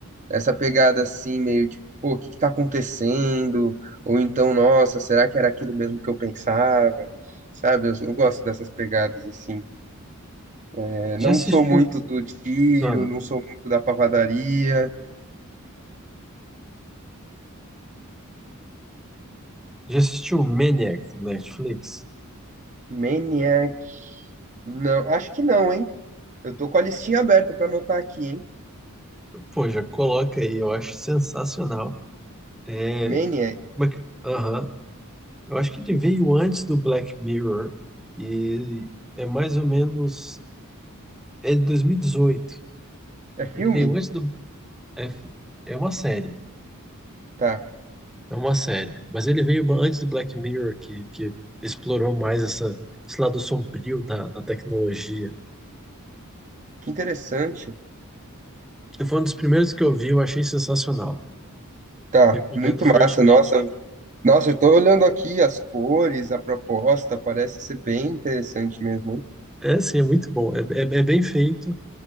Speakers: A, on the right; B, in the centre.
A: essa pegada assim, meio tipo, pô, o que que tá acontecendo? Ou então, nossa, será que era aquilo mesmo que eu pensava? Sabe? Eu, eu gosto dessas pegadas assim. É,
B: Já
A: não
B: assistiu?
A: sou muito do tiro,
B: Ah,
A: não sou muito da pavadaria.
B: já assistiu Maniac no Netflix?
A: Maniac. Não, acho que não, hein? Eu tô com a listinha aberta pra anotar aqui, hein?
B: Pô, já coloca aí, eu acho sensacional. É,
A: Maniac.
B: como é que. Aham. Eu acho que ele veio antes do Black Mirror e é mais ou menos. É de 2018.
A: É filme?
B: Ele veio antes do. É, é uma série.
A: Tá.
B: É uma série. Mas ele veio ba- antes do Black Mirror, que, que explorou mais essa, esse lado sombrio da, da tecnologia.
A: Que interessante.
B: Foi um dos primeiros que eu vi, eu achei sensacional.
A: Tá,
B: Recomendo
A: muito
B: fortemente.
A: massa. Nossa, nossa, eu tô olhando aqui as cores, a proposta, parece ser bem interessante mesmo, hein?
B: É, sim, é muito bom. É, é, é bem feito.